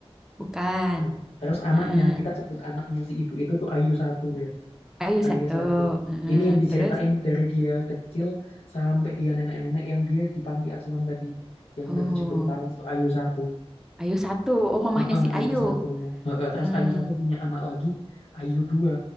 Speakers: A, in the centre; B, on the left (about 85°).
A: Bukan.
B: Nah, terus anaknya
A: Heeh.
B: kita sebut anaknya si ibu itu tuh Ayu satu ya.
A: Ayu
B: Ayu
A: satu.
B: satu.
A: Heeh.
B: Ini yang diceritain
A: Terus,
B: dari dia kecil sampai dia nenek-nenek yang dia di panti asuhan tadi. Yang
A: oh,
B: udah 70 tahun itu Ayu satu.
A: Ayu satu. Oh, mamahnya
B: Heeh,
A: si
B: Ayu
A: Ayu.
B: satu. Heeh, terus
A: Heeh.
B: Ayu satu punya anak lagi, Ayu dua.